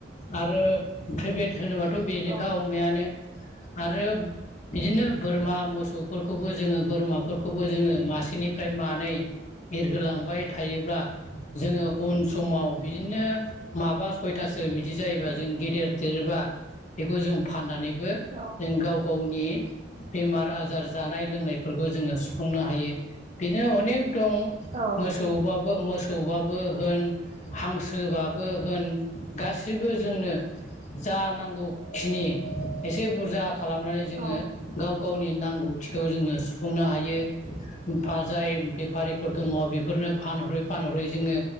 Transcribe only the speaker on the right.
औ
औ
औ
औ